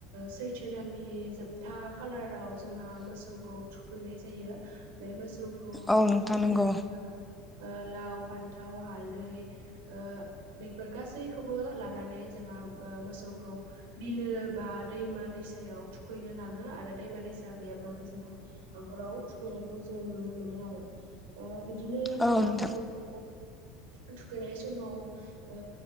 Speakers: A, on the right; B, in the centre.
A: सैथो दाननि जोबथा। था खालाराव जोंहा मोसौखौ थुखैनाय जायो बे मोसौ खौ
B: औ
A: थुखैनो
B: नोंथां नंगौ
A: थाखाय जोङो लाव फान्थाव हाल दै ओ बेफोर गासैखौबो लानानै जोंहा ओ मोसौखौ बिलो बिलो बा दैमा दैसायाव थुखैनो लाङो आरो दैमा दैसा गैयाब्लाबो जोंहा हाखराव। थुखैनायखौ जों नुनो मोनो आरो ओ बिदिनो जोंहा
B: औ नोंथां
A: मोसौखौ। थुखैनाय समाव ओ